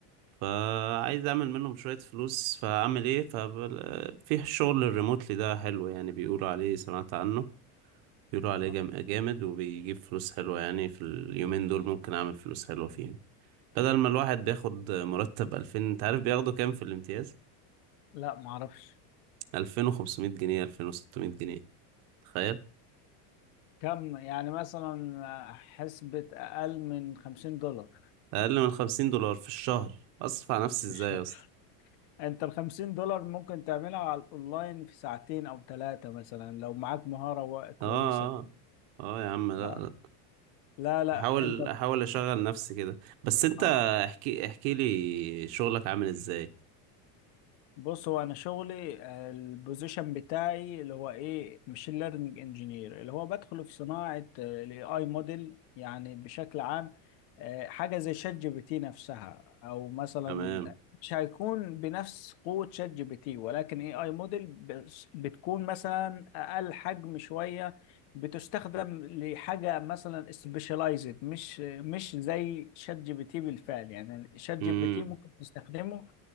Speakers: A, on the right; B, on the left.
A: فعايز اعمل منهم شوية فلوس فاعمل ايه فبل... في الشغل الريموتلي ده حلو يعني بيقولوا عليه سمعت عنه بيقولوا عليه
B: اه
A: جام- جامد وبيجيب فلوس حلوة يعني في اليومين دول ممكن اعمل فلوس حلوة فيهم بدل ما الواحد بياخد مرتب 2000 انت عارف بياخدوا كام في الامتياز
B: لا ما اعرفش
A: 2500 جنيه 2600 جنيه تخيل
B: كم يعني مثلا آه، حسبة اقل من 50 دولار
A: اقل من 50 دولار في الشهر اصرف على نفسي ازاي
B: في الشهر
A: يا اسطى
B: انت ال 50 دولار ممكن تعملها على الاونلاين في ساعتين او ثلاثة مثلا لو معاك مهارة و- كويسة
A: اه اه اه يا عم لا
B: آه.
A: لا
B: لا لا
A: احاول
B: انت
A: احاول اشغل نفسي كده بس انت
B: اه
A: احكي احكي لي شغلك عامل ازاي
B: بص هو انا شغلي آه، البوزيشن بتاعي اللي هو ايه ماشين ليرنينج انجينير اللي هو بدخل في صناعه الاي اي موديل يعني بشكل عام آه، حاجه زي شات جي بي تي نفسها او مثلا
A: تمام
B: مش هيكون بنفس قوه شات جي بي تي ولكن اي اي موديل بس- بتكون مثلا اقل حجم شويه بتستخدم لحاجه مثلا سبيشاليزد مش مش زي شات جي بي تي بالفعل يعني شات جي
A: امم
B: بي تي ممكن تستخدمه